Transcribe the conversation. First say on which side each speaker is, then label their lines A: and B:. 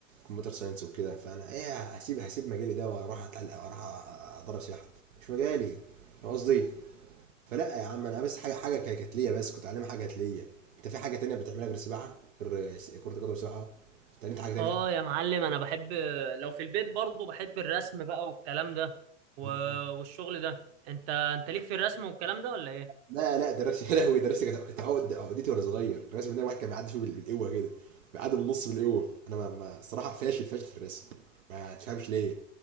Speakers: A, on the right; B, on the right.
A: كمبيوتر ساينس وكده فانا ايه هسيب هسيب مجالي ده واروح اتعلق واروح أ- اضرب سياحه مش مجالي فاهم قصدي فلا يا عم انا بس حاجه حاجه ك- كانت ليا بس كنت اتعلم حاجه كانت ليا انت في حاجه تانية بتعملها غير السباحه غير س- كره القدم والسباحه اتعلمت حاجه
B: اه يا معلم انا بحب لو في البيت برضو بحب الرسم بقى والكلام ده و...
A: تانية
B: والشغل ده انت انت ليك في الرسم والكلام ده ولا ايه
A: لا لا دراسة يا لهوي دراسة كانت كانت عقد عقدتي وانا صغير الرسم ده واحد كان بيعدي فيه بال- بالقوة كده بيعدي بالنص بالقوة انا ما ما صراحة فاشل فاشل في الرسم ما تفهمش ليه